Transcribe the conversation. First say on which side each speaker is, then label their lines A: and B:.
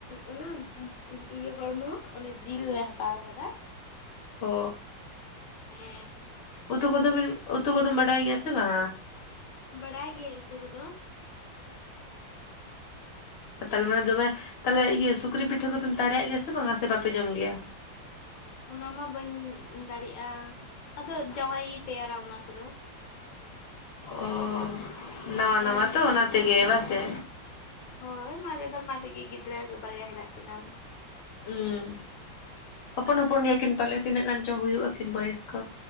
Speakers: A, on the left (about 75°); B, on the left (about 50°).
A: ᱚᱱᱟ ᱤᱭᱟᱹ ᱦᱚᱲᱢᱚ ᱚᱱᱮ ᱡᱤᱞ ᱞᱮ ᱦᱟᱛᱟᱣ ᱟᱠᱟᱫᱟ᱾
B: ᱚ
A: ᱦᱮᱸ
B: ᱩᱛᱩ ᱠᱚᱫᱚᱵᱤᱱ ᱩᱛᱩ ᱠᱚᱫᱚᱢ ᱵᱟᱰᱟᱭ ᱜᱮᱭᱟ ᱥᱮ ᱵᱟᱝᱼᱟ?
A: ᱵᱟᱲᱟᱭ ᱜᱤᱭᱟᱹᱧ ᱩᱛᱚ ᱠᱚᱫᱚ᱾
B: ᱚ
A: ᱦᱮᱸ
B: ᱛᱟᱞᱢᱟᱱᱮ ᱫᱚᱢᱮ ᱛᱟᱦᱚᱞᱮ ᱤᱭᱟᱹ ᱥᱩᱠᱨᱤ ᱯᱤᱴᱷᱟᱹ ᱠᱚᱫᱚᱢ ᱫᱟᱲᱮᱭᱟᱜ ᱜᱮᱭᱟ ᱥᱮ ᱵᱟᱝᱼᱟ ᱥᱮ ᱵᱟᱯᱮ ᱡᱚᱢ ᱜᱮᱭᱟ?
A: ᱚᱱᱟ ᱢᱟ ᱵᱟᱹᱧ ᱫᱟᱲᱮᱭᱟᱜᱼᱟ, ᱟᱫᱚ ᱡᱟᱶᱟᱭ ᱜᱮ ᱛᱮᱭᱟᱨᱟ ᱚᱱᱟ ᱠᱚᱫᱚ᱾
B: ᱚ ᱱᱟᱣᱟ
A: ᱦᱚᱸ
B: ᱱᱟᱣᱟ ᱛᱚ ᱚᱱᱟᱛᱮᱜ ᱵᱟ ᱥᱮ?
A: ᱦᱳᱭ ᱢᱟᱨᱮ ᱫᱚ ᱢᱟᱨᱮ ᱜᱮ ᱜᱤᱫᱽᱨᱟᱹ ᱵᱟᱨᱭᱟ ᱦᱮᱱᱟᱜ ᱠᱤᱱᱟᱹ᱾
B: ᱦᱚᱸ ᱦᱚᱯᱚᱱ ᱦᱚᱯᱚᱱ ᱜᱮᱭᱟᱠᱤᱱ ᱯᱟᱞᱮ ᱛᱤᱱᱟᱹᱜ ᱜᱟᱱ ᱪᱚᱝ ᱦᱩᱭᱩᱜ ᱟᱠᱤᱱ ᱵᱚᱭᱚᱥ ᱠᱚ?